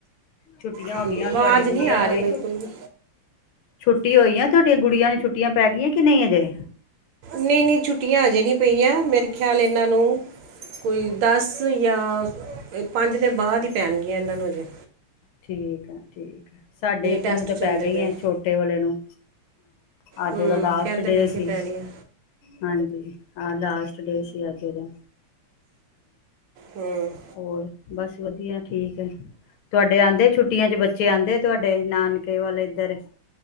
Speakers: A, on the left (about 75°); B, on the right (about 75°).
A: ਛੁੱਟੀਆਂ
B: ਹਾਂਜੀ
A: ਹੋ ਗਈਆਂ
B: ਆਵਾਜ਼
A: ਹੁਣ ਤੁਹਾਡੀ ਗੁੱਡੀਆਂ
B: ਨਹੀਂ ਆ
A: ਨੂੰ
B: ਰਹੀ
A: ਹੋਈ
B: ਬਿਲਕੁਲ ਵੀ
A: ਛੁੱਟੀਆਂ ਹੋਈ ਤੁਹਾਡੀ ਗੁਡੀਆਂ ਨੂੰ ਛੁੱਟੀਆਂ ਪੈ ਗਈਆਂ ਕਿ ਨਹੀਂ ਅਜੇ।
B: ਨਹੀਂ ਨਹੀਂ ਛੁੱਟੀਆਂ ਅਜੇ ਨਹੀਂ ਪਈਆਂ, ਮੇਰੇ ਖਿਆਲ ਇਹਨਾਂ ਨੂੰ ਕੋਈ ਦਸ ਜਾਂ ਪੰਜ ਦੇ ਬਾਅਦ ਹੀ ਪੈਣਗੀਆਂ ਇਹਨਾਂ ਨੂੰ ਹਜੇ
A: ਠੀਕ ਆ ਸਾਡੇ ਇੱਕ
B: ਟੈਸਟ
A: ਨੂੰ ਤਾਂ
B: ਚੱਲਦੇ
A: ਪੈ ਗਈ
B: ਪਏ
A: ਆ ਛੋਟੇ ਵਾਲੇ ਨੂੰ ਅੱਜ
B: ਹੂੰ
A: ਦਾ ਲਾਸਟ
B: ਕਹਿੰਦੇ
A: ਡੇ
B: ਪਏ
A: ਸੀ
B: ਪੈਣੀ ਆ
A: ਹਾਂਜੀ ਆਹ ਲਾਸਟ ਡੇ ਸੀ ਅੱਜ ਦਾ
B: ਹੂੰ
A: ਔਰ ਬਸ <inaudible> ਠੀਕ ਹੈ ਤੁਹਾਡੇ ਜਾਂਦੇ ਛੁੱਟੀਆਂ ਚ ਬੱਚੇ ਆਉਂਦੇ ਤੁਹਾਡੇ ਨਾਨਕੇ ਵਾਲੇ ਇਧਰ।